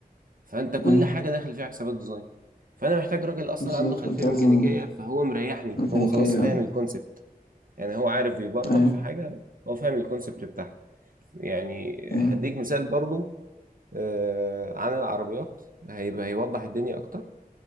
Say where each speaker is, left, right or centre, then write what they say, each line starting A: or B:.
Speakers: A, on the right; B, on the left.
A: فانت كل
B: أيوه
A: حاجه داخل فيها حسابات ديزاين فانا محتاج راجل اصلا
B: بالظبط
A: عنده خلفيه
B: أنت
A: ميكانيكيه
B: لازم
A: فهو مريحني
B: ميكانيكية
A: هو خلاص فاهم الكونسبت يعني هو عارف يبرمج
B: أيوه
A: في حاجه هو فاهم الكونسبت بتاعها يعني
B: مم.
A: هديك مثال برضو آه عن العربيات هيبقى هيوضح الدنيا اكتر